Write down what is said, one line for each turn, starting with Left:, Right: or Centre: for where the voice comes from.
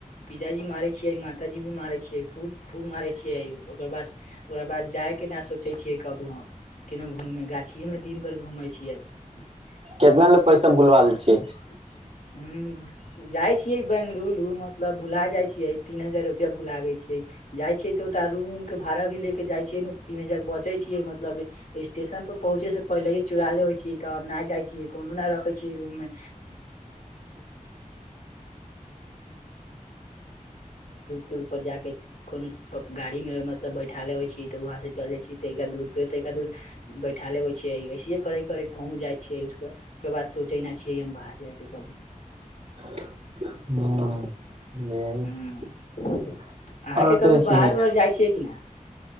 Left: पिताजी मारे छियै माताजी भी मारै छियै खूब खूब मारे छियैओकर बास ओकरा बाद जाए केँ ना सोचै छियै कबै हम <inaudible> कैनो घूमने गाछ गाछी में दिन घूमै छियै <unintelligible>
Right: कितना ले पैसा भुलवाल छी
Left: <unintelligible> जाए छियै बेंगलुरु मतलब भुला जाए छियै तीन हजार रुपआ भुला गेल छियै जाइ छियै तऽ ओ रूम उम केँ भाड़ा भी ले केँ जाइ छियै न तीन हजार बचैय छियै मतलब स्टेशन पर पहुँचे से पहिले चुरा लेबइ छीयै तऽ हम नै जाए छियै कहुनौ न रखै छियै <unintelligible> <unintelligible> दूर दूर पर जा केँ कोनो तऽ गाड़ी मे मतलब बैठा लेबै छीयै तऽ वहाँ से चल जाए छियै तइका दूर भेर तइका दुर बैठा लेबै छियै ऐसे करे करे पहुँच जाई छियै उसकेँ ओकर बाद सोचै ना छियै हम बाहर जाय केँ कबों
Right: <unintelligible> <unintelligible>
Left: हूँ अहाँके कभी बाहर जाइ छियै कि नै